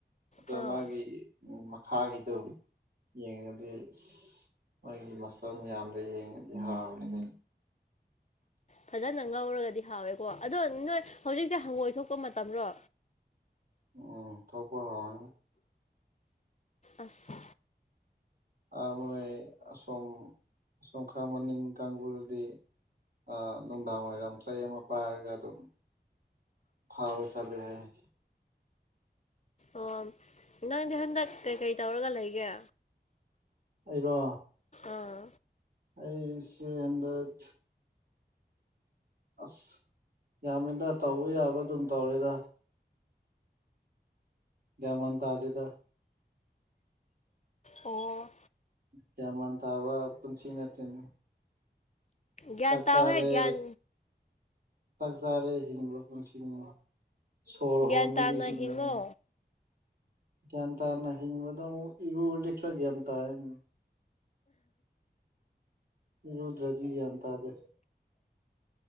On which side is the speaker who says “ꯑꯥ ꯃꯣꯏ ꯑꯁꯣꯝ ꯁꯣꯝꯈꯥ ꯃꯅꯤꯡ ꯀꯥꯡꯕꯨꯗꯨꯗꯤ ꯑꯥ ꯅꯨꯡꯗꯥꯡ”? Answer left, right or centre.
Right